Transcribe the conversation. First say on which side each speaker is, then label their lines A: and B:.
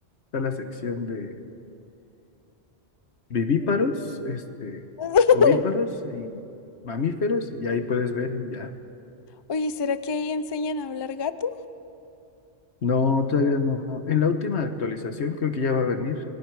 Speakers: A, on the left; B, on the left.
A: está la sección de, vivíparos, este,
B: <laughs>
A: ovíparos y mamíferos, y ahí puedes ver ya.
B: Oye, ¿será que ahí enseñan a hablar gato?
A: No, todavía no. En la última actualización creo que ya va a venir,